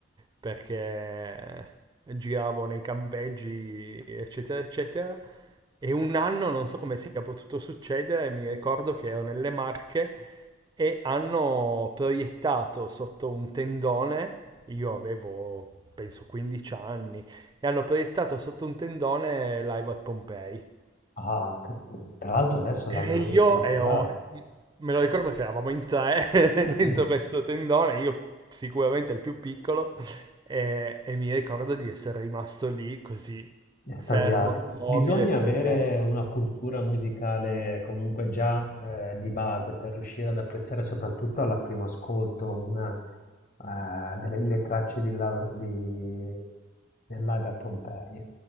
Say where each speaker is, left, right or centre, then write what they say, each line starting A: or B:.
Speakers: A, on the right; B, on the left.
A: perché giravo nei campeggi, eccetera, eccetera. E un anno, non so come sia potuto succedere, mi ricordo che ero nelle Marche e hanno proiettato sotto un tendone, io avevo penso 15 anni, e hanno proiettato sotto un tendone Live at Pompei.
B: ah, che- tra l'altro adesso l'hanno
A: E io
B: ristrutturato.
A: ero, me lo ricordo che eravamo in tre <laughs>
B: <clears throat>
A: dentro questo tendone, io sicuramente il più piccolo, e, e mi ricordo di essere rimasto lì così,
B: Estasiato.
A: fermo, immobile,
B: Bisogna
A: estasiato.
B: avere una cultura musicale comunque già eh, di base per riuscire ad apprezzare soprattutto al primo ascolto una, eh, delle le tracce di, Love- di- del Live a Pompeii.